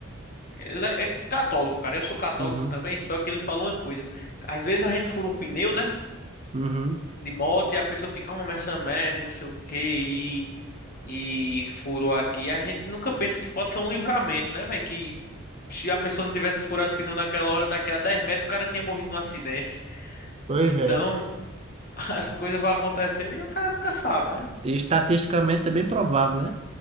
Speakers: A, on the left (about 45°); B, on the right (about 30°).
A: Ele é é católico, cara. Eu sou católico
B: Uhum,
A: também, só que ele fala uma coisa. Às vezes a gente fura um pneu, né?
B: uhum.
A: De moto e a pessoa fica, ah, mas essa merda e não sei o quê, e, e furou aqui. A gente nunca pensa que pode ser um livramento, né, velho? Que se a pessoa não tivesse furado o pneu naquela hora, daqui a 10 metros o cara tinha morrido num acidente.
B: Pois
A: Então,
B: é.
A: <laughs> as coisas vão acontecendo e o cara nunca sabe, né?
B: E estatisticamente é bem provável, né?